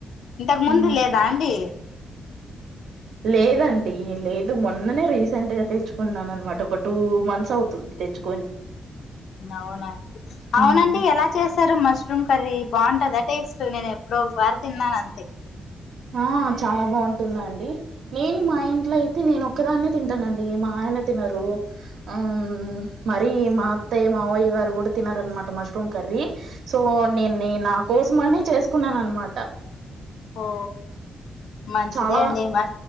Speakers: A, on the left (about 75°); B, on the right (about 80°).
A: ఇంతకు ముందు
B: మ్మ్
A: లేదా అండి
B: లేదండి లేదు మొన్ననే రీసెంట్ గా తెచ్చుకున్నాను అనమాట ఒక టూ మంత్స్ అవుతుంది తెచ్చుకు
A: అవునండి
B: మ్మ్
A: అవునండి ఎలా చేశారు మస్ అదేం కర్రీ బాగుంటదా టేస్ట్ నేను ఎప్పుడో ఒక పారి తిన్నాను అంతే
B: ఆ చాలా బాగుంటుందండి నేను మా ఇంట్లో అయితే నేను ఒక్కదాన్నే తింటానండి మా ఆయన తినరు ఆ మర మా అత్తయ్య మావయ్య గారు కూడా తినారనమాట మష్రూమ్ కర్రీ సో నేను నా కోసం అని చేసుకున్నాను అనమాట
A: ఓ మంచిదే
B: చాలా
A: అండి మ